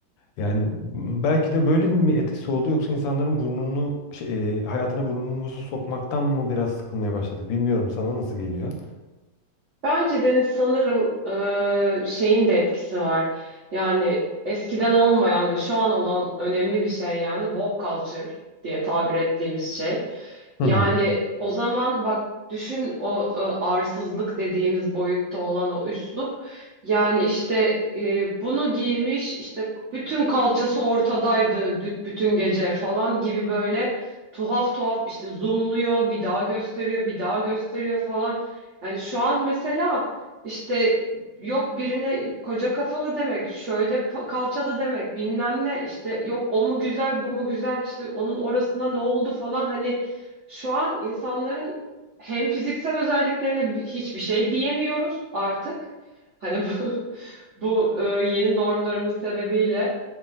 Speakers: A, on the left; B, on the right.
A: Yani m- belki de böyle mi etkisi oldu yoksa insanların burnunu şey, e, hayatına burnumuzu sokmaktan mı biraz sıkılmaya başladık bilmiyorum sana nasıl geliyor?
B: Bence Deniz sanırım e, şeyin de etkisi var. Yani eskiden olmayan ve şu an olan önemli bir şey yani woke culture diye tabir ettiğimiz şey.
A: Hı
B: Yani
A: hı.
B: o zaman bak düşün o e, arsızlık dediğimiz boyutta olan o üslup. Yani işte e, bunu giymiş işte bütün kalçası ortadaydı dü- bütün gece falan gibi böyle tuhaf tuhaf işte zoomluyor bir daha gösteriyor bir daha gösteriyor falan. Yani şu an mesela işte yok birine koca kafalı demek şöyle pa- kalçalı demek bilmem ne işte yok o mu güzel bu mu güzel işte onun orasına ne oldu falan hani şu an insanların hem fiziksel özelliklerine bi- hiçbir şey diyemiyoruz artık. Hani bu, <laughs> bu e, yeni normlarımız sebebiyle.